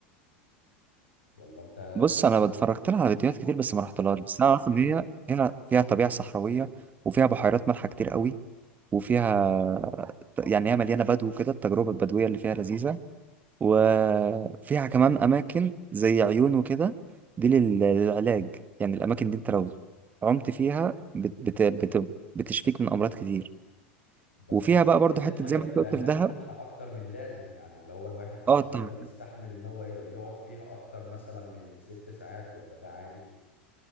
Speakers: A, on the left (about 90°); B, on the right (about 25°).
A: ولا أنت
B: بص
A: إيه
B: أنا
A: الدنيا
B: اتفرجت لها على فيديوهات كتير بس ما رحتلهاش بس أنا أعرف إن هي هنا فيها طبيعة صحراوية وفيها بحيرات مالحة كتير قوي وفيها يعني هي مليانة بدو كده التجربة البدوية اللي فيها لذيذة وفيها كمان أماكن زي عيون وكده دي لل- للعلاج يعني الأماكن دي أنت لو عمت فيها بت... بت... بت... بتشفيك من أمراض كتير
A: بس
B: وفيها
A: سمعت
B: بقى برضو
A: إن
B: حته
A: المية
B: زي
A: بتبقى
B: ما انت قلت
A: هناك
B: في دهب
A: مالحة أكتر من اللازم يعني اللي هو الواحد مش
B: اه طبعا
A: هيقدر يستحمل إن هو يقعد فيها أكتر مثلا من ست ساعات ولا ده عادي؟